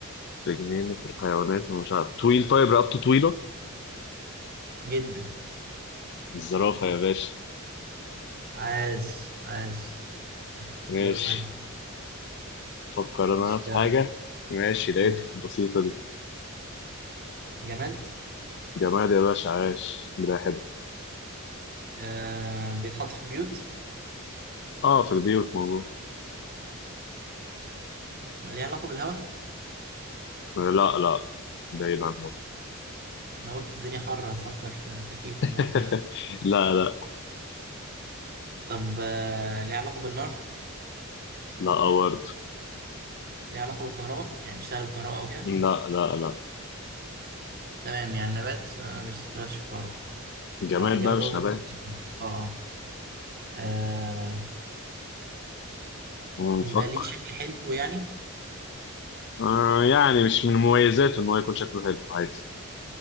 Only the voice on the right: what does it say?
جدا
عاش عاش
ايوه صحيح
مش
ك
أوه.
جماد
آه بيتحط في بيوت
ليه علاقة بالهواء
انا قلت الدنيا حر هتفكر في تكييف
ولا مرة <laughs>
طب آه ليه علاقة بالنار
ليه علاقة بالكهرباء يعني بيشتغل بالكهرباء او كده
تمام يعني نبات آه، ما بيشتغلش بالكهرباء
آه جماد
قصدي ما
بيشتغلش بالكهرباء اه اه آه
بيبقى ليه شكل حلو يعني